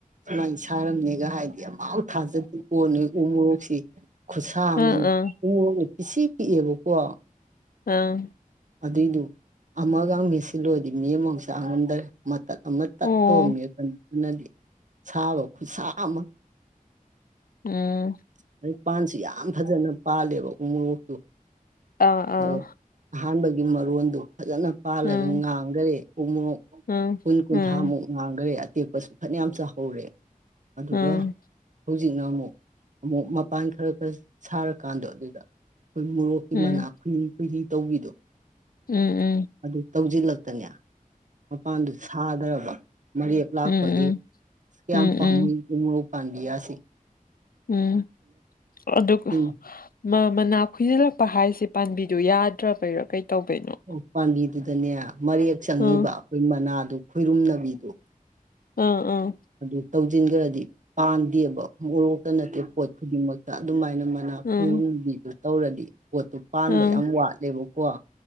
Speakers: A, on the right; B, on the left.
A: ꯁꯨꯃꯥꯏꯅ ꯁꯥꯔꯝꯅꯤꯒ ꯍꯥꯏꯗꯤ ꯑꯃ ꯊꯥꯖꯗꯤ ꯀꯣꯟꯅꯤ ꯎ ꯃꯣꯔꯣꯛꯁꯤ ꯈꯨꯠꯁꯥ
B: ꯑ
A: ꯑꯃꯅꯤ
B: ꯑ
A: ꯎꯃꯣꯔꯣꯛꯅꯦ ꯄꯤꯁꯤꯛ ꯄꯤꯛꯑꯦꯕꯀꯣ
B: ꯑꯥ
A: ꯑꯗꯨꯏꯗꯨ ꯑꯃꯒ ꯃꯦꯠꯁꯤꯜꯂꯣꯏꯔꯗꯤ ꯃꯤ ꯑꯃꯃꯧ ꯆꯥ ꯉꯝꯗꯔꯦ ꯃꯇꯛ ꯑꯃ ꯇꯠ
B: ꯑꯣ
A: ꯇꯧꯑ ꯃꯦꯠꯄ ꯑꯗꯨꯅꯗꯤ ꯁꯥꯕ ꯈꯨꯠꯁꯥ ꯑꯃ
B: ꯑꯣ
A: ꯑꯗꯩ ꯄꯥꯟꯁꯤ ꯌꯥꯝ ꯐꯖꯅ ꯄꯥꯜꯂꯦꯕ ꯎ ꯃꯣꯔꯣꯛꯇꯨ
B: ꯑꯥ ꯑꯥ
A: ꯑꯗꯣ ꯑꯍꯥꯟꯕꯒꯤ ꯃꯔꯣꯟꯗꯨ ꯐꯖꯅ ꯄꯥꯜꯂꯒ
B: ꯎꯝ
A: ꯉꯥꯡꯈꯔꯦ ꯎ ꯃꯣꯔꯣꯛ
B: ꯎꯝ
A: ꯀꯨꯟ ꯀꯨꯟꯊ꯭ꯔꯥꯃꯨꯛ
B: ꯎꯝ
A: ꯉꯥꯡꯒꯔꯦ ꯑꯇꯦꯛꯄꯁꯨ ꯐꯅꯌꯥꯝ ꯆꯥꯍꯧꯔꯦ ꯑꯗꯨꯒ
B: ꯎꯝ
A: ꯍꯧꯖꯤꯛꯅ ꯑꯃꯨꯛ ꯑꯃꯨꯛ ꯃꯄꯥꯟ ꯈꯔ ꯈꯔ ꯁꯥꯔꯀꯥꯟꯗꯣ ꯑꯗꯨꯗ ꯑꯩꯈꯣꯏ ꯃꯣꯔꯣꯛꯀꯤ
B: ꯎꯝ
A: ꯃꯅꯥꯛ ꯈꯨꯟ ꯍꯨꯏꯗꯤꯡ ꯇꯧꯕꯤꯗꯣ
B: ꯎꯝ ꯎꯝ
A: ꯑꯗꯨ ꯇꯧꯁꯤꯜꯂꯛꯇꯅꯦ ꯃꯄꯥꯟꯗꯨ ꯁꯥꯗ꯭ꯔꯕ ꯃꯔꯦꯞ ꯂꯥꯛꯄꯒꯤ
B: ꯎꯝ
A: ꯀꯌꯥꯝ
B: ꯎꯝ
A: ꯄꯥꯝꯃ
B: ꯎꯝ ꯎꯝ
A: ꯃꯣꯔꯣꯛ ꯄꯥꯟꯕꯤ ꯌꯥꯁꯤ
B: ꯎꯝ ꯑꯗꯨꯒ
A: ꯇꯤꯡ
B: ꯃꯅꯥꯛꯈꯁꯤꯗ ꯄ ꯍꯥꯏꯁꯤ ꯄꯥꯝꯕꯤꯗꯨꯣ ꯌꯥꯗ꯭ꯔꯥ ꯕꯩꯔꯣ ꯀꯩ ꯇꯧꯕꯅꯣ
A: ꯎ ꯄꯥꯝꯕꯤꯗꯨꯗꯅꯦ ꯃꯔꯦꯛ ꯆꯪꯉꯤꯕ
B: ꯑꯥ
A: ꯑꯩꯈꯣꯏ ꯃꯅꯥꯗꯨ ꯈꯔꯨꯝꯅꯕꯤꯗꯨꯣ
B: ꯑꯥ ꯑꯥ
A: ꯑꯗꯨ ꯇꯧꯁꯤꯟꯈ꯭ꯔꯗꯤ ꯄꯥꯟꯗꯦꯕ ꯃꯣꯔꯣꯛꯇ ꯅꯠꯇꯦ ꯄꯣꯠ ꯈꯨꯗꯤꯡꯃꯛꯇ ꯑꯗꯨꯃꯥꯏꯅ ꯑꯗꯨꯅ
B: ꯑꯥ
A: ꯈꯨꯔꯨꯝꯕꯤꯗꯨ ꯇꯧꯔꯗꯤ ꯄꯣꯠꯇꯨ ꯄꯥꯟꯕ
B: ꯑꯥ ꯑꯥ
A: ꯌꯥꯝ ꯋꯥꯠꯂꯦꯕꯀꯣ